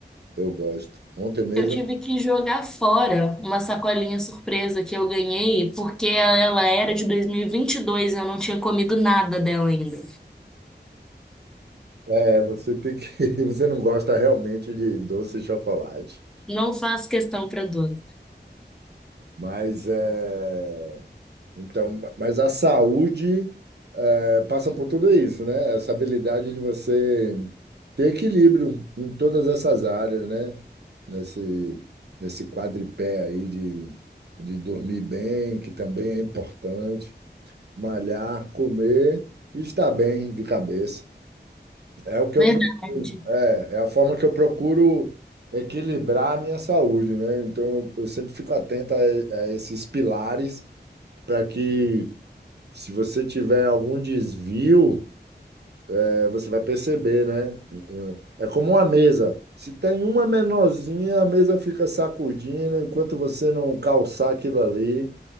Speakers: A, on the right; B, in the centre.
A: eu gosto. Ontem mesmo
B: Eu tive que jogar fora uma sacolinha surpresa que eu ganhei porque ela era de 2022 e vinte e dois e eu não tinha comido nada dela ainda.
A: É, você tem que, <laughs> você não gosta realmente de doce de chocolate,
B: Não faço questão para doce.
A: mas é, então, mas a saúde é, passa por tudo isso, né? Essa habilidade de você ter equilíbrio em todas essas áreas, né? Nesse nesse quadripé aí de, de dormir bem, que também é importante, malhar, comer e estar bem de cabeça. É o que eu
B: Verdade.
A: procuro, é, é a forma que eu procuro equilibrar a minha saúde, né? Então eu, eu sempre fico atento a, a esses pilares para que se você tiver algum desvio, é, você vai perceber, né? É como uma mesa. Se tem uma menorzinha, a mesa fica sacudindo, enquanto você não calçar aquilo ali,